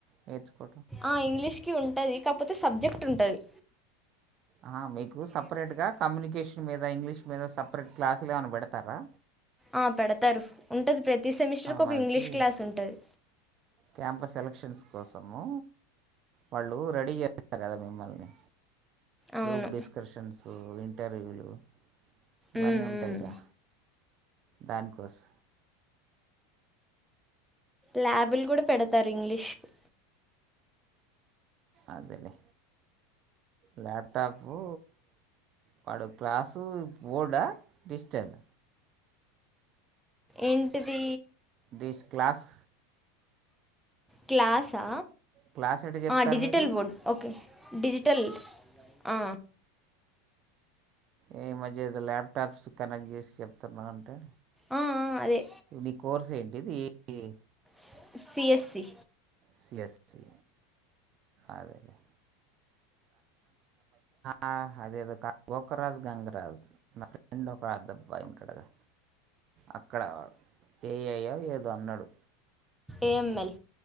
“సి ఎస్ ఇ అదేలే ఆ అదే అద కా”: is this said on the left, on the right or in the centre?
Right